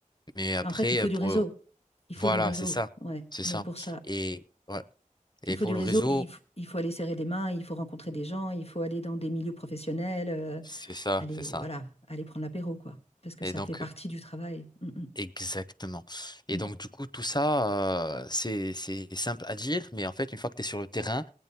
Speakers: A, on the left; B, on the left.
A: mais après,
B: En fait, il faut
A: euh,
B: du
A: pour...
B: réseau. Il faut
A: voilà,
B: du réseau,
A: c'est ça.
B: ouais.
A: C'est
B: Mais
A: ça.
B: pour ça,
A: Et, ouais. Et
B: il faut
A: pour
B: du réseau,
A: le réseau,
B: il, f- il faut aller serrer des mains, il faut rencontrer des gens, il faut aller dans des milieux professionnels, euh,
A: c'est ça,
B: aller,
A: c'est ça.
B: voilà, aller prendre l'apéro, quoi. Parce que
A: Et
B: ça
A: donc,
B: fait partie du travail. Mm,
A: exactement. Et
B: mm,
A: donc, du coup, tout ça, euh, c'est, c'est simple à dire, mais en fait, une fois que tu es sur le terrain,